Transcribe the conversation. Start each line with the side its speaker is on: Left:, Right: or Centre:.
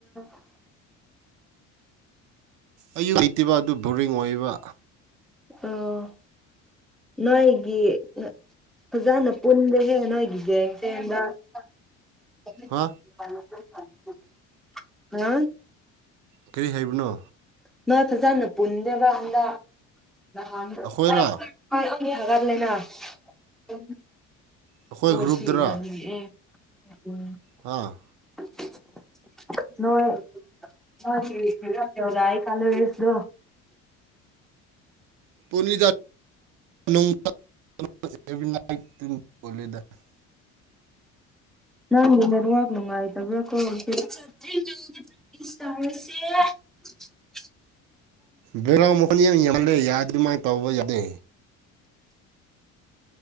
Centre: <unintelligible>
Right: ꯑꯌꯨꯛ ꯇꯤꯕ ꯑꯗꯨ ꯕꯣꯔꯤꯡ ꯑꯣꯏꯕ
Centre: ꯑꯣ ꯅꯣꯏꯒꯤ ꯐꯖꯅ ꯄꯨꯟꯗ‌ꯦꯍꯦ ꯅ‌ꯣꯏꯒꯤ ꯒ‌ꯦꯡꯁ‌ꯦ ꯍꯟꯗꯛ <unintelligible>
Right: ꯍꯥ ꯀꯔꯤ ꯍꯥꯏꯕꯅꯣ
Centre: ꯅ‌ꯣꯏ ꯐꯖꯅ ꯄꯨꯟꯗꯦꯕ ꯍꯟꯗꯛ ꯅꯍꯥꯟꯗ‌ꯣ
Right: ꯑꯩꯈꯣꯏꯔ
Centre: <unintelligible>
Right: ꯑꯩꯈꯣꯏ
Centre: ꯍ‌ꯣꯏꯁꯤ
Right: ꯒ꯭ꯔꯨꯞꯇꯔ
Centre: ꯏꯕꯅꯤ ꯑꯦ ꯎꯝ
Right: ꯍꯥꯥ
Centre: <unintelligible> ꯅꯣꯏ ꯅ‌ꯣꯏꯒꯤ <unintelligible> ꯔ‌ꯦꯁꯗꯨ
Right: <inaudible>
Centre: ꯅꯪ ꯅ‌ꯦꯋꯥꯛ ꯅꯨꯡꯉꯥꯏꯇꯕ꯭ꯔꯀ‌ꯣ <unintelligible> ꯏꯁ ꯇꯧꯔꯥꯁꯦ <unintelligible>
Right: ꯕ‌ꯦꯂꯥꯎ ꯃꯈ‌ꯣꯟ ꯌꯥꯝ ꯌꯥꯝꯃꯜꯂ‌ꯦ ꯌꯥꯗꯔ ꯗꯨꯃꯥꯏꯟ ꯇꯧꯕ ꯌꯥꯗꯦ